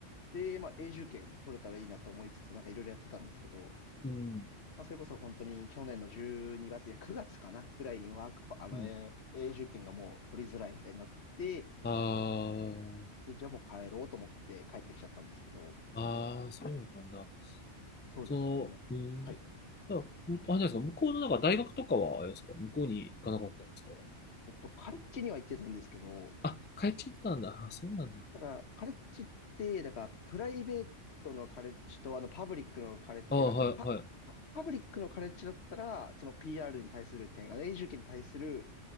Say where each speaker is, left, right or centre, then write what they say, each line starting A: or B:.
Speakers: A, on the left (about 60°); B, on the left (about 15°).
A: で、まあ永住権取れたらいいなと思いつつ、なんかいろいろやってたんですけど、
B: うん。
A: まあ、それこそ本当に去年の12月、いや9月かなぐらいにワークパ、あの、
B: うん。
A: えー永住権がもう取りづらいみたいになって、
B: ああ。
A: で、じゃあもう帰ろうと思って帰ってきちゃったんですけど、
B: ああ、そうだったんだ。
A: そうですね。
B: そううん。
A: はい。
B: じゃあ、むあれですか、向こうのなんか大学とかは、あれですか、向こうに行かなかったんですか
A: えっと、カレッジには行ってたんですけど、
B: あ、帰っちゃってたんだ。あ、そうなんだ。
A: ただ、カレッジって、だから、プライベートのカレッジと、あの、パブリックのカレッジがあって、
B: ああ、はい、
A: パ、
B: はい。
A: パパブリックのカレッジだったら、その PR に対する点、あの、永住権に対する